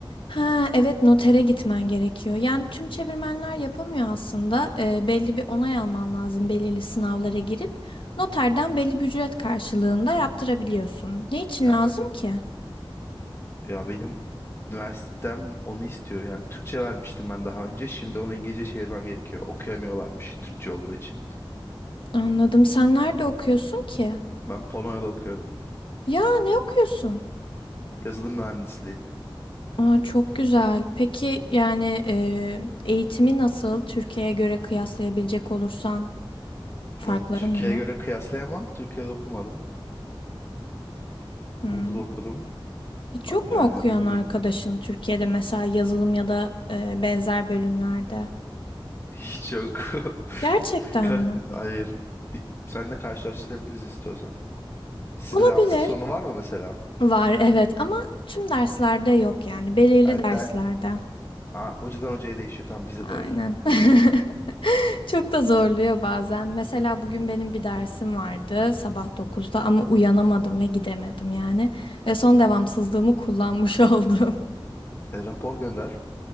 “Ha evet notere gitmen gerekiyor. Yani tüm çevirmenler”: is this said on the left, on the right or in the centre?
Left